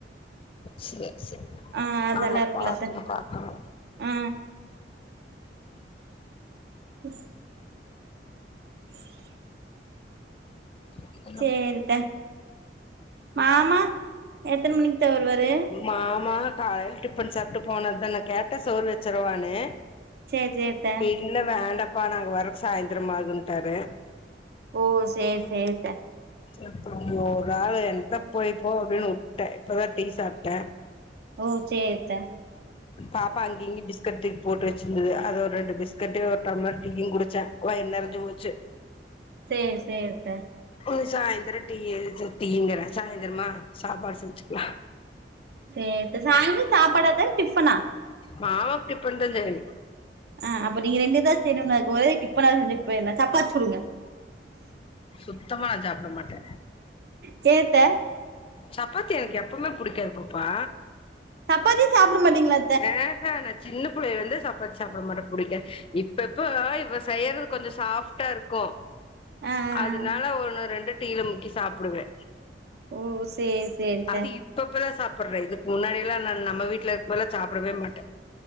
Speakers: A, on the left; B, on the right.
A: சே சே
B: ஆ அதெல்லா
A: ஆமா
B: இருக்குலத்த
A: பாக்கனு பாக்கனு
B: ஆ <unintelligible> <inaudible>
A: <unintelligible>
B: சேரித்த மாமா எத்தன மணிக்குத்த வருவாரு
A: மாமா காலைல டிஃபன் சாப்ட்டு போனதுதா கேட்ட சோறு வச்சருவானு
B: செரி செரித்த
A: இல்ல வேண்டப்பா நாங்க வர சாய்ந்திர ஆகூன்ட்டாரு
B: ஓ சேர் சேரித்த
A: அப்பறொ ஒரு ஆளு என்னத போய்ப்போ அப்டின்னு உட்டே இப்பதா டீ சாப்ட்ட
B: ஓ செரித்த
A: பாப்பா அங்க இங்கய பிஸ்கட் தூக்கி போட்டு வச்சிருந்தது அது ஒரு ரெண்டு பிஸ்கட்டு ஒரு டம்ளர் டீயு குடிச்ச வயிறு நெறஞ்சி போச்சு
B: செரி செரித்த
A: ஒரு சாயந்தர டீ எதாச்சுங்கறே சாயந்திரமா சாப்பாடு செஞ்சுக்லா
B: சேரித்த சாய்ங்ல சாப்பாடாத்த டிஃபனா
A: மாமாக்கு டிபன் தா செய்யினு
B: ஆ அப்போ நீங்க ரெண்டு இதா செய்ணு அதுக்கு ஒரே டிப்பனா செஞ்சி போய்ட. லா சப்பாத்தி சுடுங்க
A: சுத்தமா நா சாப்டமாட்ட
B: சேரித்த
A: சப்பாத்தி எனக்கு எப்பமே புடிக்காது பாப்பா
B: சப்பாத்தி சாப்புட மாட்டீங்களா
A: ஆ ஹ நா சின்ன புள்ளையை வந்து சப்பாத்தி சாப்புட மாட்டே பிடிக்காத இப்ப இப்ப இவ செய்யறது கொஞ்சோ சாஃப்டா இருக்கு
B: ஆ ஆ
A: அதனால ஒன்னு ரெண்டு டீழ முக்கி சாப்புடுவே
B: ஓ சேரி சேரித்த
A: அது இப்ப இப்பதா சாப்புறே இதுக்கு முன்னாடியெல்லா நா நம்ம வீட்டுல இருக்கப்பெல்லா சாப்புடவே மாட்டே